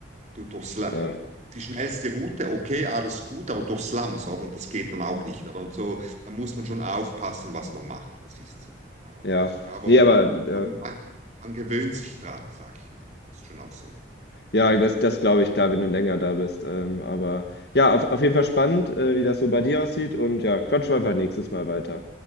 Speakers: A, on the right; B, on the left.
A: durch Sla-
B: ja,
A: die schnellste Route, okay, alles gut, aber durch Slums, oder? Und das geht dann auch nicht, oder? Und so, da muss man schon aufpassen, was man macht, das ist so. oder?
B: ja.
A: Aber
B: Nee, aber äh,
A: man, man, man gewöhnt sich dran, sag ich mal. Das ist schon auch so.
B: ja, das, das glaube ich, klar, wenn du länger da bist. Ähm, aber ja, auf, auf jeden Fall spannend, äh, wie das so bei dir aussieht. Und ja, quatschen wir einfach nächstes Mal weiter.